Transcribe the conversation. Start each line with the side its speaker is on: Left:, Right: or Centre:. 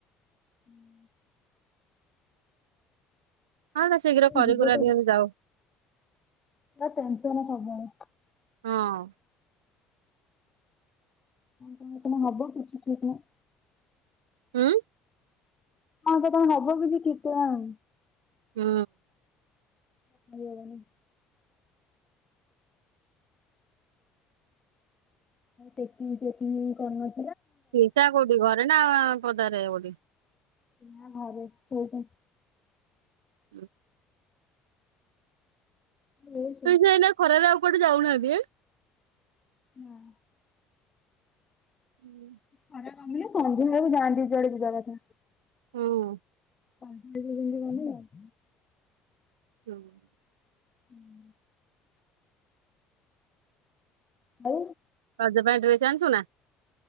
Left: ହୁଁ।
Right: ହଁ ନା ଶୀଘ୍ର କରିିକରା
Left: ଯିବ
Right: ଦିଅନ୍ତୁ ଯାଉ।
Left: ନା ଟେନସନ ସବୁବେଳେ।
Right: ହଁ।
Left: କଣ କଣ ହବ କିଛି ଠିକ୍ ନାହିଁ।
Right: ହୁଁ।
Left: ହଁ ତ ତା ହବ କିଛି ଠିକଣା ନାହିଁ।
Right: ହୁଁ।
Left: କହିହବନି। ଚେକିଂ ଚେକିଂ କରିନ
Right: ପିଇସା କୋଉଠି ଘରେ ନା ପଦାରେ କୋଉଠି।
Left: ନାଁ ଘରେ ସୋଇଛନ୍ତି।
Right: ହୁଁ।
Left: ହୁଁ <inaudible>
Right: ପିଇସା ଏଇନାଖରାରେ ଆଉ କୁଆଡେ ଯାଉନାହାନ୍ତି।
Left: ନାଁ।
Right: ହୁଁ <inaudible> <unintelligible>
Left: ଖରା କମିଲେ? ସନ୍ଧ୍ୟା ବେଳକୁ ଯାଆନ୍ତି ଯୁଆଡେ ଯିବା କଥା।
Right: ହୁଁ।
Left: ପାିଧତି କନି ଆଉ <inaudible>
Right: ହୁଁ।
Left: ହୁଁ। ଆଉ।
Right: ରଜ ପାଇଁ ଡ୍ରେସ୍ ଆଣିଚୁ ନାଁ?